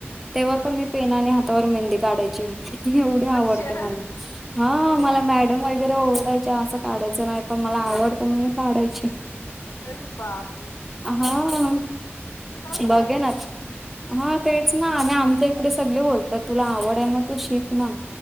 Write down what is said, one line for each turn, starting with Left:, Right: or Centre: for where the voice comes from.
Centre: तेव्हा
Left: हा
Centre: पण
Left: हा
Centre: मी पेनाने
Left: हा
Centre: ह <unintelligible> <unintelligible> व मेहंदी काढायची एवढी
Left: अच्छा
Centre: आवडते मला
Left: हो
Centre: हा मला
Left: काय
Centre: मॅडम वगैरे ओडाय असं काढायचं नाही पण मला आवडत मग मी काढायची <unintelligible> <unintelligible>
Left: सर् बापरे <unintelligible>
Centre: हा
Left: चांगलं
Centre: बघे
Left: आहे
Centre: ना हा तेच ना आणि आमच्या इकडे सगळे बोलतात तुला आवड आहे मग तू शिक ना